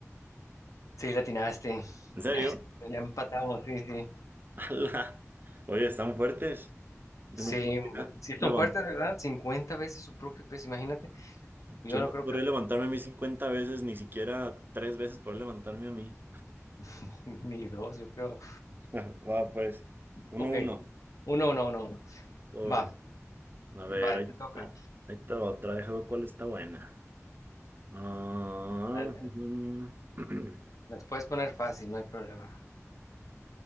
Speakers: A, on the left; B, on the right.
A: Sí, la atinaste.
B: ¿En serio?
A: <laughs> Ya empatamos, sí, sí.
B: <laughs> Ala. Oye, están fuertes. Yo
A: Sí,
B: no podría
A: hombre. sí
B: levan-
A: son fuertes, ¿verdad? Cincuenta veces su propio peso, imagínate.
B: yo
A: Yo
B: no
A: no creo
B: podría
A: que
B: levantarme a mí 50 veces, ni siquiera tres veces poder levantarme a mí.
A: <laughs> ni dos, yo creo.
B: <laughs> Va, pues, uno,
A: Ok,
B: uno,
A: uno, uno, uno, uno.
B: sobre.
A: Va,
B: A ver,
A: va,
B: ahí,
A: te toca.
B: ahí, ahí está otra, déjame ver cuál está buena. Ah,
A: Dale, dale.
B: ujú. <clears throat>
A: Las puedes poner fácil, no hay problema.